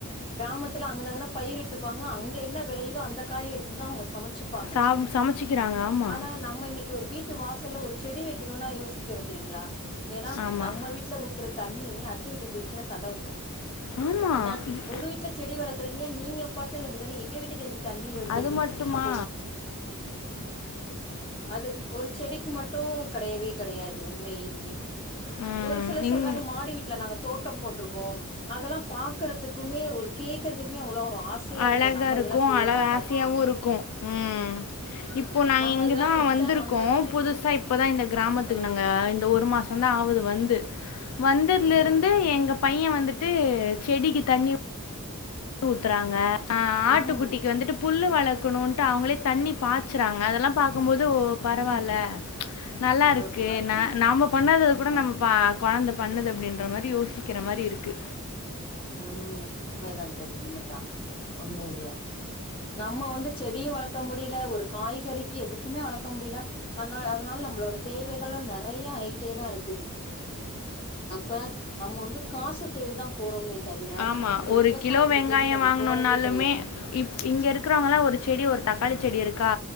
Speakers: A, on the left; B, on the left.
A: க்ராமத்துல அங்கன்ன அங்கன்ன பயிரிட்டுக்குவாங்க அங்க என்ன வெளயுதோ அந்த காய எடுத்துதா அவங்க சமைச் ச்சிப்பாங்க
B: சா சமைச்சிக்கிறாங்க ஆமாம்
A: ஆனா நம்ம இன்னைக்கு ஒரு வீட் ட்டு வாசல்ல ஒரு செடி வெக்கனுன்னா யோசிக் கிறோம் தெரிங்ளா ஏனா
B: ஆமாம்
A: நம்ம வீட்ல ஊத்துற தண்ணி அ வீட்ல போய்ச்சினா சண்ட வந்துரு
B: ஆமா
A: என்ன
B: இ-
A: உங்க வீட்ல செடி வளக்குறீங்க நீங்க பாத்துக்க வேண்டியது தான எங்க வீட்டுக்கு எதுக்கு தண்ணி வருது
B: அது
A: அப்டின்
B: மட்டுமா
A: அப்போ ஒரு அது ஒரு செடிக்கு மட்டு கடையவே கிடையாது உண்மையே எ
B: ம்
A: ஒரு சிலர்
B: இங்
A: சொல்றாங்க மாடி வீட்ல நாங்க போட்ருக்குகோ அதெல்லா பாக்றதுக்குமே ஒரு கேக்றதுக்குமே அவ்ளோ ஒரு ஆசையா
B: அழகா
A: நம்ம
B: இருக்கு
A: இதெல்லா செய்ய
B: அழ
A: மாட்டோமா
B: ஆசையாவு இருக்கு ம் இப்போ நாங்க
A: நம்ம
B: இங்கதா
A: இதெல்லா செஞ்சுட்டா
B: வந்திருக்கோ
A: நம்ம வீட்டு
B: புதுசா இப்பதா இந்த கிராமத்துக்கு
A: ஆ
B: நாங்க இந்த ஒரு மாசோந்தா ஆவுது வந்து வந்ததுல
A: ம்
B: இருந்து எங்க பைய வந்துட்டு செடிக்கி தண்ணி ஊ த்துறாங்க ஆ
A: ம்
B: ஆட்டுக்குட்டிக்கு வந்துட்டு புல்லு வளக்கணுன்ட்டு அவங்களே தண்ணி பாச்சறாங்க அதெல்லா பாக்கும்போ து ஓ பரவால்ல
A: ம்
B: நல்லா
A: சந்தோஷமா
B: இருக்கு நா
A: நமக்கு
B: நாம பண்ணாதது
A: ஆமா
B: கூட நம்ம பா கொழந்த பண்ணுது அப்டின்ற மாரி யோசிக்கிற மாரி இரு க்கு.
A: ம் உண்மைதான் தோழி உண்மைதா உண்மையிலயே நம்ம வந்து செடியு வளக்க முடியல ஒரு காய்கறிக்கி எதுக்குமே வளக்க முடியல ஆனா அதனால நம் மளோட தேவைகளு நெறைய ஆயிட்டேதா இருக்குது. அப்ப நம்ம வந்து காச தேடிதா போறோமே தவிர
B: ஆமா
A: இந்த
B: ஒரு
A: விவசாயத்த
B: கிலோ வெங்காயோ
A: தேடி நம்ம
B: வாங்கணுனாலுமே
A: போறதே கெடையாது
B: இ இங்க இருக்கிறவங்கல்லா ஒரு செடி ஒரு தக்காளி செடி இருக்கா